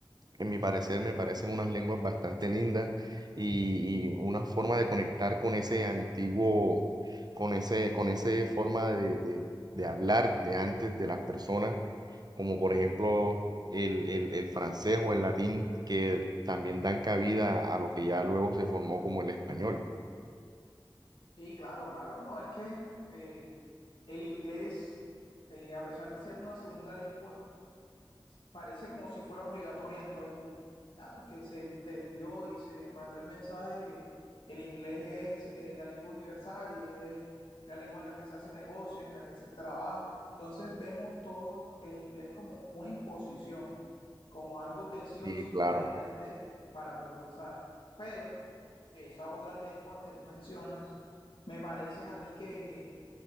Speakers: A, on the right; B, on the left.
A: en mi parecer me parecen unas lenguas bastante lindas y, y una forma de conectar con ese antiguo, con ese, con ese forma de, de- de hablar de antes de las personas, como por ejemplo el, el, el francés o el latín, que también dan cabida a lo que ya luego se formó como el español.
B: Sí, claro, claro. No, es que eh, el inglés, eh, a pesar de ser una segunda lengua, parece como si fuera obligatoria en todo el mundo, ¿verdad? porque se entendió y se mandó el mensaje de que el inglés es eh, la lengua universal y es eh, la lengua en la que se hace negocios, en la que se trabaja. Entonces vemos todo el inglés como una imposición, como algo que sí
A: Y
B: o sí
A: claro.
B: debes aprender para progresar. Pero esas otras lenguas que tú mencionas, me parece a mí que, que